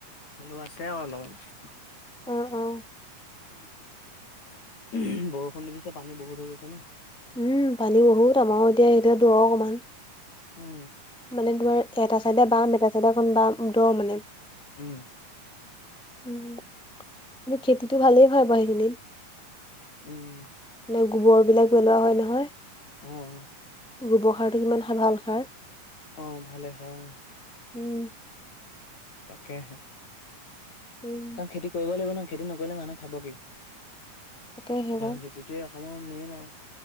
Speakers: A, on the left; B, in the centre.
A: আলো আছে আৰু অলপ।
B: অ', অ'।
A: উম, বৰষুণ দি দিছে পানী বহুত হৈ গৈছে ন।
B: উম, পানী বহুত আমাৰ এতিয়া এতি দ অকমান।
A: উম।
B: মানে তোমাৰ এটা চাইডে বাম এটা চাইডে অকমান বা দৰ মানে।
A: উম।
B: উম, কি খেতিটো ভালেই হয় বাৰু এইখিনিত।
A: উম।
B: নে গোবৰ বিলাক পেলোৱা হয় নহয়,
A: অ',
B: গোবৰ সাৰটো কিমান ভাল সাৰ।
A: অ', ভালে সাৰ অ'।
B: উম।
A: তাকেহে।
B: উম।
A: কাৰণ খেতি কৰিব লাগিব ন খেতি নকৰিলে মানুহ খাব কি?
B: তাকে সেইবাৰ
A: ধান ক খেতিটোৱে অসমৰ মেইন আও,